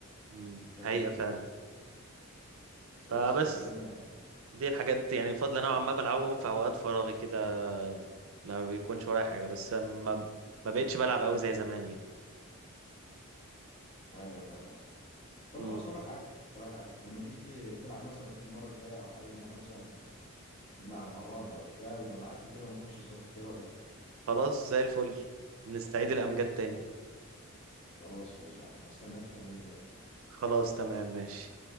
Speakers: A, on the right (about 70°); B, on the left (about 25°).
A: أمم،
B: فاهم
A: حقيقه
B: قصدي؟
A: فعلا فبس
B: فبس فالدنيا
A: دي الحاجات يعني فاضله نوعا ما بلعبهم في اوقات فراغي كده لا بيكونش ورايا حاجه بس ما ما بقتش بلعب قوي زي زمان
B: أيوه فاهم قصدي طب
A: يعني
B: خلاص أقول لك حاجة أقول لك حاجة لما تيجي تلعب مثلا المرة الجاية أو حابب إن إحنا مثلا نلعب مع بعض أو بتاع يبقى ابعت لي كده ونخش سوا إيه رأيك؟
A: خلاص زي الفل نستعيد الأمجاد تاني
B: خلاص ماشي يا عم هستناك تكلمني بقى
A: خلاص تمام ماشي